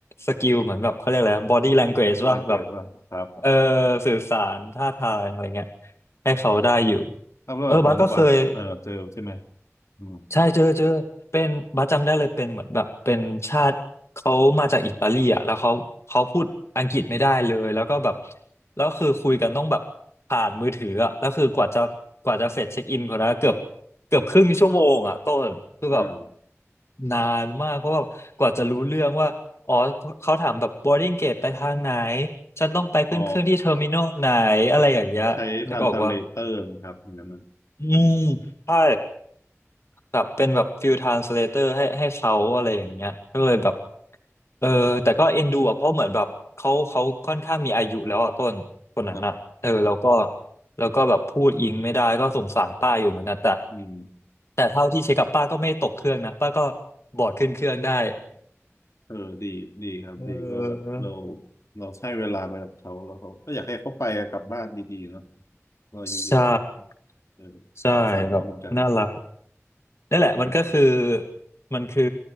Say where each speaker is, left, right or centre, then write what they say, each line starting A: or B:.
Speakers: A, on the left (about 60°); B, on the left (about 75°).
A: สกิลเหมือนแบบเขาเรียกอะไร body language
B: มันจะแรงเกรดป่ะครับ
A: ว่าแบบเออสื่อสารท่าทางอะไรเงี้ยให้เขาได้อยู่
B: ถ้าเรื่องของบาทเออเจอใช่ไหม
A: เออบาสก็เคย
B: อืม
A: ใช่เจอเจอเป็นบัสจำได้เลยเป็นเหมือนแบบเป็นชาติเขามาจากอิตาลีอ่ะแล้วเขาเขาพูดอังกฤษไม่ได้เลยแล้วก็แบบแล้วคือคุยกันต้องแบบผ่านมือถืออ่ะแล้วคือกว่าจะกว่าจะเสร็จเช็คอินคนนั้นเกือบเกือบครึ่งชั่วโมงอ่ะต้นคือแบบ
B: อ่า
A: นานมากเพราะแบบกว่าจะรู้เรื่องว่าอ๋อเขาถามแบบ boarding gate ไปทางไหนฉันต้องไปขึ้นเครื่องที่เทอร์มินอลไหนอะไรอย่างเงี้ยนึกออกว่า
B: อ๋อใช้ทรานสเลเตอร์นะครับเหมือย่างนก้นน
A: อืมใช่ แบบเป็นแบบฟิลทรานสเลเตอร์ให้ให้เขาอะไรอย่างเงี้ยก็เลยแบบเออแต่ก็เอ็นดูอ่ะเพราะเหมือนแบบเขาเขาค่อนข้างมีอายุแล้วอ่ะต้นคนนั้นอ่ะเออแล้วก็
B: ะครับ
A: แล้วก็แบบพูดอิงไม่ได้ก็สงสารป้าอยู่เหมือนกันแต่
B: อืม
A: แต่เท่าที่เช็คกับป้าก็ไม่ตกเครื่องนะป้าก็บอร์ดขึ้นเครื่องได้
B: เออดีดีครับดีว่าแบบเรา
A: <laughs> เออ
B: เราใช้เวลาไปกับเขาแล้วเขาก็อยากให้เขาไปกลับบ้านดีๆเนาะเราอายุเยอะ
A: ใช่
B: เออสงสารเขาเหมือนกัน
A: ใช่แบบน่ารัก นั่นแหละมันก็คือ
B: อืม
A: มันคือ